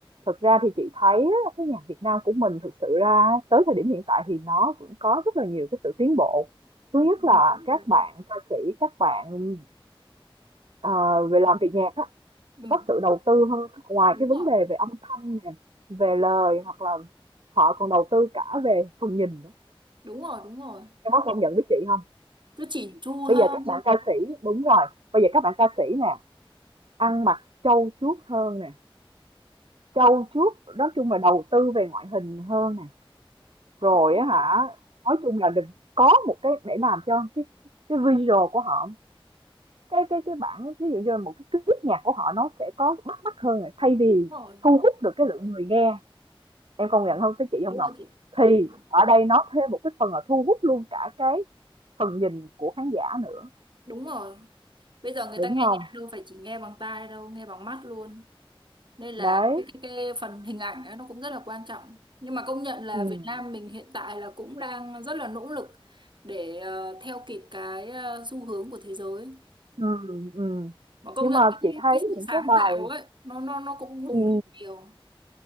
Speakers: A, on the right; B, on the right.
A: Thực ra thì chị thấy á, cái nhạc Việt Nam của mình thực sự ra tới thời điểm hiện tại thì nó vẫn có rất là nhiều cái sự tiến bộ. Thứ nhất
B: ừ,
A: là
B: đúng
A: các
B: rồi
A: bạn ca sĩ, các bạn ờ, về làm việc nhạc á,
B: ừ,
A: có sự đầu tư hơn ngoài
B: đúng
A: cái vấn
B: rồi
A: đề về âm thanh nè, về lời hoặc là họ còn đầu tư cả về phần nhìn nữa.
B: đúng rồi đúng rồi
A: Em có công nhận với chị không?
B: cứ chỉn chu hơn
A: Bây giờ các bạn ca sĩ, đúng rồi, bây giờ các bạn ca sĩ nè, ăn mặc trau chuốt hơn nè Trau chuốt, nói chung là đầu tư về ngoại hình hơn nè, rồi
B: đúng
A: á hả, nói chung là đừng có một cái để làm cho cái cái visual của họ, cái cái cái bản ví dụ như là một cái clip nhạc của họ nó sẽ có bắt mắt hơn này thay vì
B: rồi
A: thu hút được cái lượng người nghe, em công nhận không cái chị
B: đúng
A: không Ngọc?
B: rồi chị
A: Thì
B: đúng rồi
A: ở đây nó thêm một cái phần là thu hút luôn cả cái phần nhìn của khán giả nữa,
B: đúng rồi bây giờ người
A: đúng
B: ta nghe
A: không?
B: nhạc đâu phải chỉ nghe bằng tai đâu nghe bằng mắt luôn nên là
A: Đấy,
B: cái, cái, cái phần hình ảnh ấy, nó cũng rất là quan trọng nhưng mà công nhận là
A: ừ,
B: Việt Nam mình hiện tại là cũng đang rất là nỗ lực để ờ, theo kịp cái ờ, xu hướng của thế giới
A: ừ, ừ.
B: mà công
A: Nhưng
B: nhận
A: mà
B: cái,
A: chị thấy
B: cái sự
A: những
B: sáng
A: cái bài,
B: tạo ấy nó nó nó cũng bùng
A: ừ,
B: nổ nhiều